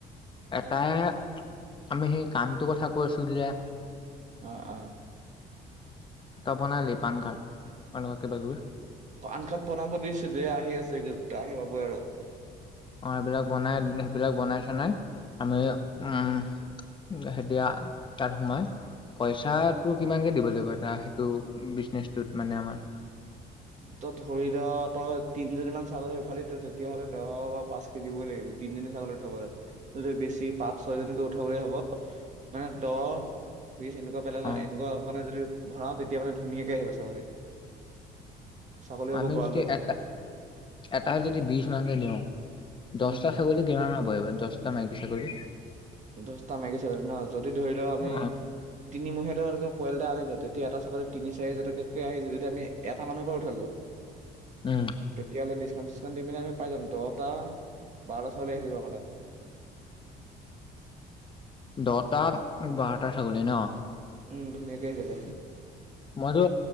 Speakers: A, on the left; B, on the right.
A: এটাই আমি সেই কামটো কথা কৈছো দিয়া।
B: অ, অ।
A: তই বনালি পান কাৰ্ড? এনেকুৱা কিবা কিবি?
B: পানকাৰ্ড বনাব দিছো দ আহি আছে। দে আহি পাবই আৰু।
A: অ সেইবিলাক বনাই সেইবিলাক বনাই চনাই আমি উম উম হে দিয়া তাত সোমাই পইচাটো কিমানকে দিব লাগিব এটা সেইটো বিজনেচটোত মানে আমাৰ?
B: তই ধৰি ল তই তিনজনী মান ছাগলী উঠালি ত তেতিয়া হ'লে দহ বা পাঁচ কে দিবই লাগিব। তিনিজনী ছাগলি উঠাব হলে। তই যদি বেছি পাঁচ ছয় জনীক উঠাবলৈ হব, মানে দহ বিছ এনেকুৱা পেল
A: অ
B: এনেকুৱা মানে যদি ভৰাও, তেতিয়া মানে ধুনীয়াকে আহিব ছাগলী। ছাগলী হ'ব
A: আমি
B: গঁৰালটো
A: যদি
B: ভাল
A: এটা,
B: হ'ব
A: এটা যদি বিছ মানকে দিওঁ দছটা
B: উম
A: ছাগলী কিমানমান বহিব? দচটা মাইকী ছাগলী?
B: দছটা মাইকী ছাগলী ন? যদি ধৰি লও আমি
A: অ
B: তিনিমুহীয়া ধৰ পোৱালি এটা আনিলো, তেতি এতিয়া ছাগলীত তিনি চাৰি হাজাৰ টকাকে আহি যায়। এতিয়া আমি এটা মানুহৰ ঘৰৰ পৰা উঠালো
A: উম
B: তেতিয়াহলে ডিচকাউণ্ট চিচকাউণ্ট দি মেলি আমি পাই যাম, দহটা বাৰটা ছাগলী আহি যাব আমাৰ তাত।
A: দহটা, বাৰটা ছাগলী ন?
B: উম ধুনীয়াকে আহি যাব।
A: মইতো